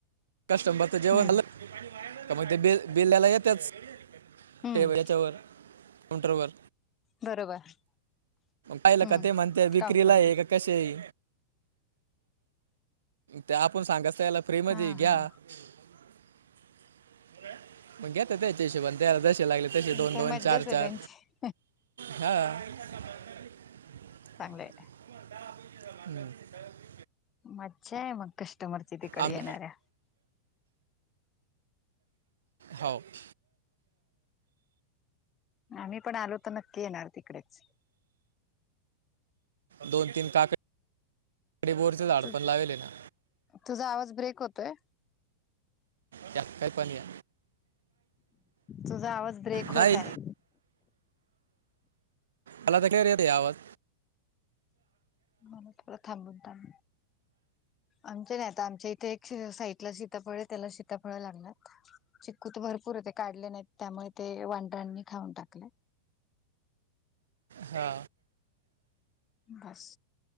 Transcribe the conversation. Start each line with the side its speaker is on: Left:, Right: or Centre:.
Right: कस्टमरच
Left: हम्म
Right: जेवण झालं. तर मग ते बि बिल द्यायला येतेच.
Left: हम्म
Right: टेबल याच्यावर काउंटर वर.
Left: बरोबर.
Right: पाहिलं
Left: हम्म
Right: की ते म्हणतात विक्रीला
Left: काउंटरवर
Right: हाय कशी आहे. ते आपण सांगायचं त्याला फ्री मध्ये
Left: हा हा
Right: <inaudible> मग घेता त्याच्या हिशोबने त्याला जसे लागले तसे
Left: पण
Right: दोन-
Left: काय
Right: दोन,
Left: मज्जाच
Right: चार-चार
Left: आहे त्यांची
Right: हा. <unintelligible>
Left: चांगलेय.
Right: हम्.
Left: मचछ आहे मग कस्टमरची तिकडे
Right: आंब
Left: येणाऱ्या.
Right: हो. <unintelligible>
Left: आम्ही पण आलो तर नक्की येणार तिकडेच.
Right: दोन तीन काकडीकडी बोरचे झाड
Left: तु
Right: पण लावेले ना.
Left: तुझा आवाज ब्रेक होतोय.
Right: त्यात काय पण या.
Left: तुझा आवाज ब्रेक
Right: नाही
Left: होत आहे.
Right: मला तर क्लियर येतेय आवाज.
Left: मला जरा थांबून-थांबून. आमच्या नाही आता आमच्या इथे एक साईटला सीताफळ आहे त्याला सीताफळ लागणार. चिकू तर भरपूर होते काढले नाहीत. त्यामुळे ते वांढर्यांनी खाऊन टाकले.
Right: हा.
Left: बस.